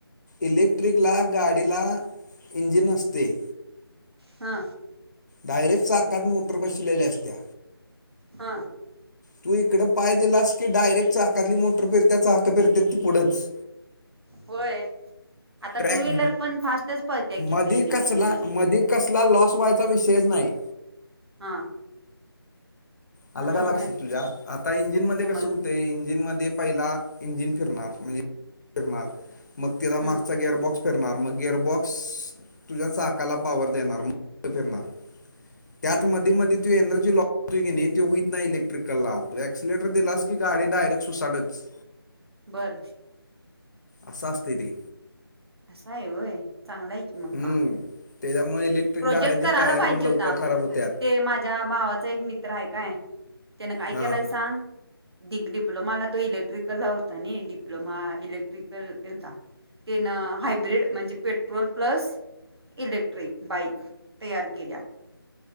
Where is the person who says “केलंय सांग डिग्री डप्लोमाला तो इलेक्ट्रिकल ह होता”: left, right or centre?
Right